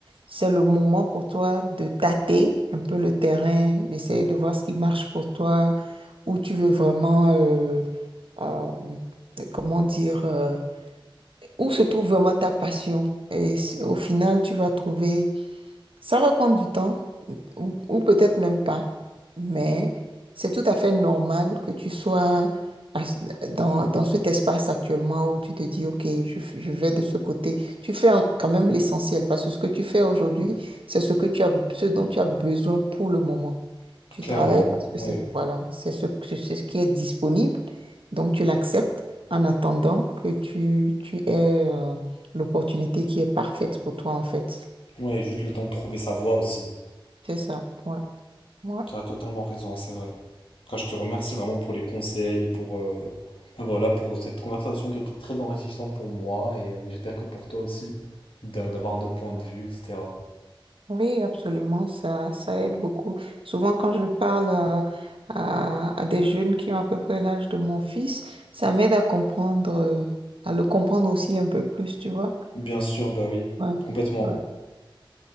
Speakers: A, on the right (about 75°); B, on the left (about 75°).
A: c'est le moment pour toi de tâter un peu le terrain, d'essayer de voir ce qui marche pour toi, où tu veux vraiment, euh, euh, comment dire, euh, où se trouve vraiment ta passion. Et s- au final, tu vas trouver ça va prendre du temps, ou, ou peut-être même pas, mais c'est tout à fait normal que tu sois à ce- dans, dans cet espace actuellement où tu te dis, OK, je, f- je vais de ce côté. Tu fais en- quand même l'essentiel parce que ce que tu fais aujourd'hui, c'est ce que tu as, ce dont tu as besoin pour le moment. Tu
B: clairement,
A: travailles parce que
B: ouais,
A: c'est, voilà, c'est ce, c'est c'est ce qui est disponible, donc tu l'acceptes en attendant que tu, tu aies euh, l'opportunité qui est parfaite pour toi, en fait.
B: ouais, juste le temps de trouver sa voie aussi.
A: C'est ça. ouais. Moi,
B: Tu as totalement raison, c'est vrai. En tout cas, je te remercie vraiment pour les conseils et pour, euh, ben voilà, pour cette conversation qui était très enrichissante pour moi et euh, j'espère que pour toi aussi, d'a- d'avoir un autre point de vue, etc.
A: oui, absolument, ça, ça aide beaucoup. Souvent, quand je parle euh, à, à des jeunes qui ont à peu près l'âge de mon fils, ça m'aide à comprendre, euh, à le comprendre aussi un peu plus, tu vois.
B: Bien sûr, bah oui,
A: Ouais,
B: complètement.
A: ouais.